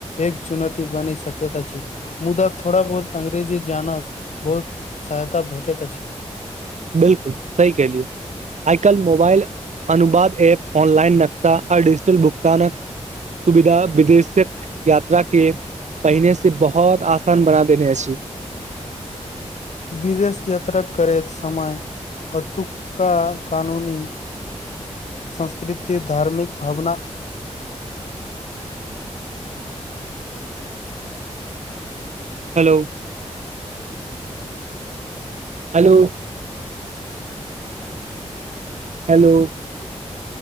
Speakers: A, on the left; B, on the right.
A: एक चुनौती बनी सकैत छै मुदाथोड़ा बहुत अंग्रेजी जान बहुत सहायता भेटैत अछि
B: बिल्कुल सही कहलियौ आइ काइल मोबाइल अनुवाद ऐप ऑनलाइन नक्शा आ डिजिटल भुगतानक सुविधा विदेशक यात्रा के पहिने से बहुत आसान बना देने अछि
A: विदेश यात्रा करैत समय अतुका कानूनी संस्कृति धार्मिक भावना
B: हेलो हेलो हेलो